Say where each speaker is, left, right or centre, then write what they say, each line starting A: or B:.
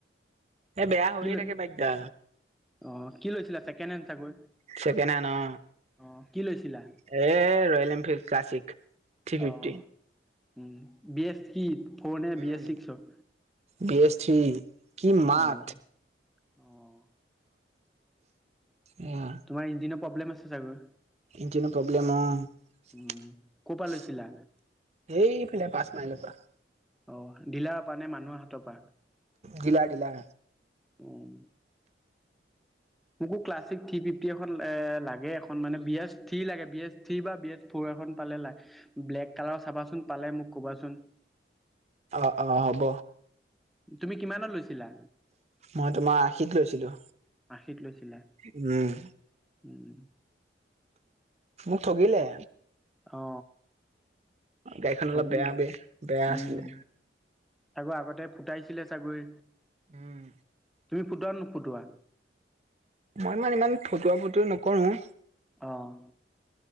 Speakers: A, on the right (about 35°); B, in the centre.
A: এই বেয়া হৈয়ে
B: লৈ
A: থাকে বাইকটা।
B: অ' কি লৈছিলা ছেকেণ্ড হেড চাগৈ,
A: ছেকেণ্ড হেণ্ড অ',
B: অ' কি লৈছিলা?
A: এ Royal Enfield classic three
B: অ',
A: fifty
B: উম বি এছ কি ফ'ৰ নে
A: উম,
B: বি এছ ছিক্সছৰ
A: বি এছ থ্ৰী, কি মাত
B: অ', অ',
A: এয়া
B: তোমাৰ ইঞ্জিনৰ প্ৰব্লেম আছে চাগৈ
A: ইঞ্জিনৰ প্ৰব্লেম অহ
B: উম, ক'ৰ পৰা লৈছিলা?
A: এইফালে পাঁচ মাইলৰ পৰা
B: অ' দিলাৰ পা নে মানুহৰ হাতৰ পা?
A: দিলাৰ দিলা
B: উম। মোকো ক্লাছিক থ্ৰী ফিফটি এখন এ লাগে এখন মানে বি এছ থ্ৰী লাগে, বি এছ থ্ৰী বা বি এ ফৰ এখন পালে লা, ব্লেক কালাৰ চাবাচোন পালে মোক ক'বাচোন।
A: অ' অ' হ'ব।
B: তুমি কিমানত লৈছিলা।
A: মই তোমাৰ আশীত লৈছিলো,
B: আশীত লৈছিলা
A: উম।
B: উম।
A: মোক ঠগিলে।
B: অ
A: গাড়ীখন
B: ঠগিলে
A: অলপ বেয়া বে বেয়া
B: উম।
A: আছিলে
B: আাকৌ আগতে ফুটাইছিলে ছাগৈ।
A: উম।
B: তুমি ফুতোৱা ন নুফুটোৱা।
A: মই মানে ইমান ফুটুৱা ফুটোই নকৰোৱে।
B: অ'।